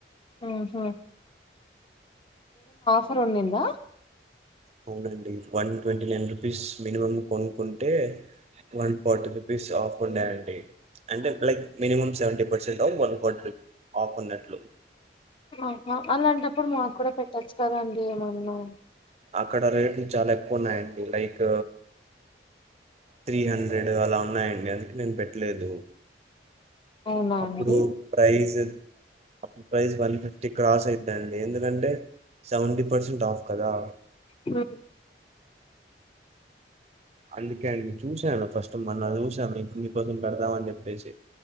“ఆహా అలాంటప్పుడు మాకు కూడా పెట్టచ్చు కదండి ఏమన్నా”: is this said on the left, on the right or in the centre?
Left